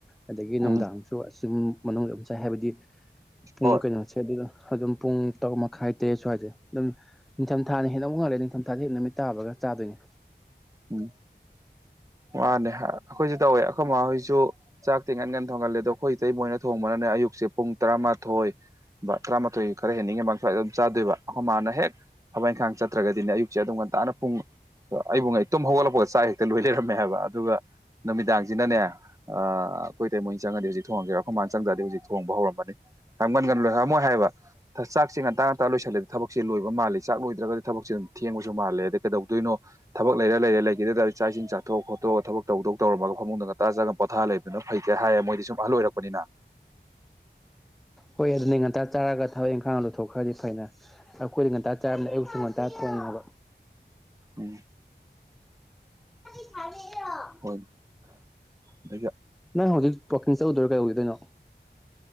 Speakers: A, in the centre; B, on the right (about 15°).
A: ꯑꯗꯒꯤ ꯅꯨꯡꯗꯥꯡꯁꯨ
B: ꯎꯝ
A: ꯑꯁꯨꯝ ꯃꯅꯨꯡꯗ ꯑꯗꯨꯝ ꯆꯥꯏ ꯍꯥꯏꯕꯗꯤ ꯄꯨꯡ
B: ꯍꯣꯏ
A: ꯀꯩꯅꯣ ꯁꯦ ꯑꯗꯨꯒ ꯑꯗꯨꯝ ꯄꯨꯡ ꯇꯔꯨꯛ ꯃꯈꯥꯏ ꯇꯔꯦꯠ ꯁ꯭ꯋꯥꯏꯁꯦ ꯑꯗꯨꯝ ꯅꯤꯡꯊꯝ ꯊꯥꯅ ꯍꯦꯟꯅꯃꯨꯛ ꯉꯜꯂꯦ ꯅꯤꯡꯊꯝ ꯊꯥ ꯍꯦꯛ ꯅꯨꯃꯤꯠ ꯇꯥꯕꯒ ꯆꯥꯗꯣꯏꯅꯦ꯫
B: ꯎꯝ ꯃꯥꯅꯦ ꯑꯩꯈꯣꯏꯁꯨ ꯇꯧꯋꯦ ꯑꯩꯈꯣꯏ ꯃꯥ ꯍꯣꯏꯁꯨ ꯆꯥꯛ ꯇꯤ ꯉꯟꯉꯟ ꯊꯣꯡꯒꯜꯂꯦ ꯑꯗꯣ ꯑꯩꯈꯣꯏ ꯏꯇꯩꯃ ꯍꯣꯏꯅ ꯊꯣꯡꯕꯅꯅꯦ ꯑꯌꯨꯛꯁꯦ ꯄꯨꯡ ꯇꯔꯥꯃꯥꯊꯣꯏ ꯇꯔꯥꯃꯥꯊꯣꯏ ꯈꯔ ꯍꯦꯟꯅꯤꯡꯉꯤꯃꯥꯡ ꯁ꯭ꯋꯥꯏꯗ ꯑꯗꯨꯝ ꯆꯥꯗꯣꯏꯕ ꯑꯩꯈꯣꯏ ꯃꯥꯅ ꯍꯦꯛ ꯊꯕꯛ ꯏꯪꯈꯥꯡ ꯆꯠꯇ꯭ꯔꯒꯗꯤꯅꯦ ꯑꯌꯨꯛꯁꯦ ꯑꯗꯨꯝ ꯉꯟꯇꯥꯅ ꯄꯨꯡ ꯑꯩꯕꯨ ꯉꯛꯏ ꯇꯨꯝ ꯍꯧꯒꯠꯂꯛꯄꯒ ꯆꯥꯛ ꯍꯦꯛꯇ ꯂꯣꯏ ꯂꯩꯔꯝꯃꯦ ꯍꯥꯏꯕ ꯑꯗꯨꯒ ꯅꯨꯃꯤꯗꯥꯡꯁꯤꯅꯅꯦ ꯑ ꯑꯩꯈꯣꯏ ꯏꯇꯩꯃ ꯑꯣꯏ ꯆꯪꯉꯗꯤ ꯍꯧꯖꯤꯛ ꯊꯣꯡꯉꯝꯒꯤꯔꯣꯏ ꯑꯩꯈꯣꯏ ꯃꯥꯅ ꯆꯪꯗ꯭ꯔꯗꯤ ꯍꯧꯖꯤꯛ ꯊꯣꯡꯕ ꯍꯧꯔꯝꯃꯅꯤ꯫ ꯌꯥꯝ ꯉꯟꯉꯟ ꯂꯣꯏ ꯃꯣꯏ ꯍꯥꯏꯕ ꯆꯥꯛꯁꯦ ꯉꯟꯇꯥ ꯉꯟꯇꯥ ꯂꯣꯏꯁꯜꯂꯗꯤ ꯊꯕꯛꯁꯦ ꯂꯣꯏꯕ ꯃꯥꯜꯂꯤ ꯆꯥꯛ ꯂꯣꯏꯗ꯭ꯔꯒꯗꯤ ꯊꯕꯛꯁꯦ ꯑꯗꯨꯝ ꯊꯦꯡꯕꯁꯨ ꯃꯥꯜꯂꯦ ꯑꯗꯩ ꯀꯩꯗꯣꯏꯅꯣ ꯊꯕꯛ ꯂꯩꯔ ꯂꯩꯔꯦ ꯂꯩꯒꯤꯗ ꯇꯥꯔꯗꯤ ꯆꯥꯛ ꯏꯁꯤꯡ ꯆꯥꯊꯣꯛ ꯈꯣꯠꯇꯣꯛꯑ ꯊꯕꯛ ꯇꯧꯗꯧ ꯇꯧꯔꯝꯃꯒ ꯐꯃꯨꯡꯗ ꯉꯟꯇꯥ ꯆꯪꯉ ꯄꯣꯊꯥ ꯂꯩ ꯕꯅ ꯐꯩ ꯀꯥꯏ ꯍꯥꯏꯌꯦ ꯃꯣꯏꯗꯤ ꯁꯨꯝ ꯑꯍꯜ ꯑꯣꯏꯔꯛꯄꯅꯤꯅ꯫
A: ꯍꯣꯏ ꯑꯗꯨꯅꯤ ꯉꯟꯇꯥ ꯆꯥꯔꯒ ꯊꯕꯛ ꯏꯪꯈꯥꯡ ꯂꯧꯊꯣꯛꯈ꯭ꯔꯗꯤ ꯐꯩꯅ ꯑꯩꯈꯣꯏꯗꯤ ꯉꯟꯇꯥ ꯆꯥꯔꯝꯅꯤ ꯉꯥꯟꯇꯁꯨ ꯉꯟꯇꯥ ꯊꯣꯡꯉꯦꯕ
B: ꯎꯝ
A: <unintelligible>
B: ꯍꯣꯏ ꯑꯗꯒ
A: ꯅꯪ ꯍꯧꯖꯤꯛ ꯋꯥꯀꯤꯟ ꯆꯠꯂꯨꯗꯣꯏꯔꯣ ꯀꯩꯗꯧꯒꯤꯗꯣꯏꯅꯣ